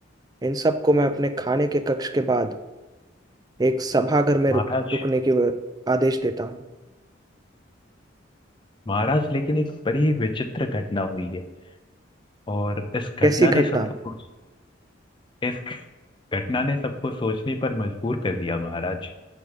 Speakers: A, on the right; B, on the left.
A: इन सबको मैं अपने खाने के कक्ष के बाद एक सभागार में
B: महाराज
A: रुक रुकने के आदेश देता हूँ
B: महाराज लेकिन एक बड़ी विचित्र घटना हुई है और इस
A: कैसी
B: घटना
A: घटना
B: ने सबको इस घटना ने सबको सोचने पर मजबूर कर दिया महाराज